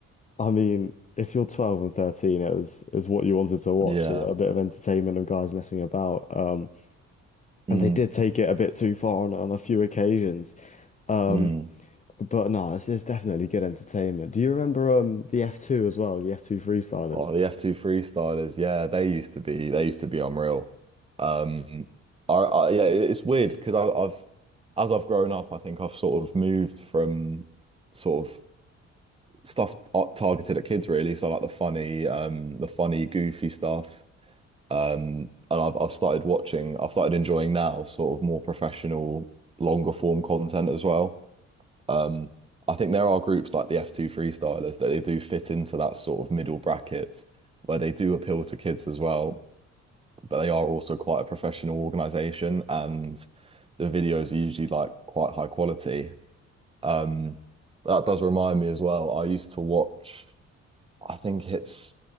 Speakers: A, on the left (about 25°); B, on the right (about 20°).
A: I mean, if you're 12 and 13, it was it was what you wanted to watch,
B: yeah.
A: so a bit of entertainment of guys messing about. Um,
B: Mm,
A: and they did take it a bit too far on, on a few occasions. Um,
B: mm.
A: but no, it's, it's definitely good entertainment. Do you remember um the F2 as well, the F2 freestylers?
B: Oh, the F2 freestylers, yeah, they used to be, they used to be unreal. Um, I, I yeah, it- it's weird because I've, as I've grown up, I think I've sort of moved from sort of stuff targeted at kids really. So like the funny, um, the funny, goofy stuff. Um, and I've I've started watching, I've started enjoying now sort of more professional, longer form content as well. Um, I think there are groups like the F2 Freestylers that they do fit into that sort of middle bracket where they do appeal to kids as well, but they are also quite a professional organization and the videos are usually like quite high quality. Um, that does remind me as well. I used to watch I think it's